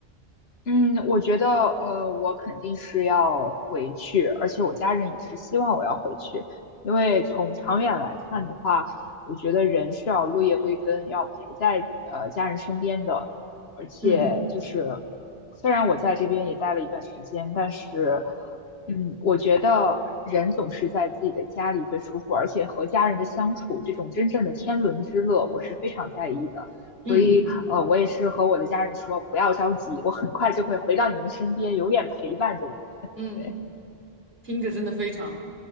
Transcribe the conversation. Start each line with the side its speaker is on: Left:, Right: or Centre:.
Left: 嗯，我觉得，呃，我肯定是要回去，而且我家人也是希望我要回去，因为从长远来看的话，我觉得人是要落叶归根，要陪在呃家人身边的，而且就是
Right: 嗯
Left: 虽然我在这边也待了一段时间，但是，嗯，我觉得人总是在自己的家里最舒服，而且和家人的相处，这种真正的天伦之乐，我是非常在意的。所以呃，
Right: 嗯
Left: 我也是和我的家人说，不要着急，我很快就会回到你们身边，永远陪伴着你们。
Right: 嗯，
Left: 对，
Right: 听着真的非常